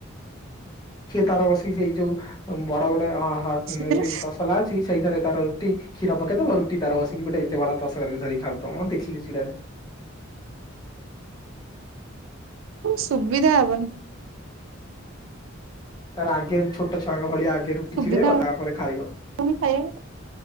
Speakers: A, on the left (about 20°); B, on the right (about 70°).
A: ସିଏ ତାର ବସିକି ସେଇ ଯୋଉ ବଡ ଗୋଟେ
B: ସେଥିରେ
A: ସେ ତସଲା ଅଛି ସେଇଥିରେ ତାର ରୁଟି କ୍ଷୀର ପକେଇଦବ ରୁଟି ତାର ବସିକି ଗୋଟେ ଏତେ ବଡ଼ ତସଲାରେ ଧରି ଖାଉଥିବ ମତେ ଦେଖିଲେ ଚିଡ଼ା ଲାଗେ।
B: ସୁବିଧା ହବନି।
A: ତାର ଆଗେ ଛୋଟ ଛୁଆଙ୍କ ଭଳିଆ ଆଗେ ରୁଟି
B: ସୁବିଧା
A: ଛିଡେଇବ ତାପରେ ଖାଇବ।
B: ହବନି ଖାଇବାକୁ